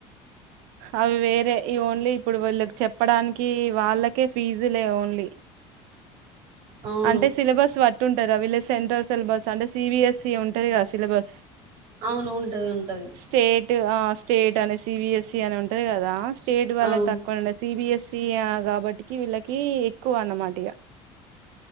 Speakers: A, on the right; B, on the right.
A: అవి వేరే ఈ ఓన్లీ ఇప్పుడు వీళ్ళకి చెప్పడానికి వాళ్ళకే ఫీజులే ఓన్లీ
B: అవును
A: అంటే సిలబస్ పట్టి ఉంటారుా వీళ్ళ్ సెంట్రల్ సిలబస్ అంటే సిబిఎస్ఈ ఉంటంది కదా సిలబస్
B: అవును ఉంటది ఉంటది
A: స్టేట్ స్టేట్ అనే సిబిఎస్సి అని ఉంటది కదా స్టేట్ వల్ల
B: అవును
A: తక్కువ ఉండ సిబిఎస్సి స కాబట్టికి వీళ్ళకి ఎక్కువ అన్నమాట ఇక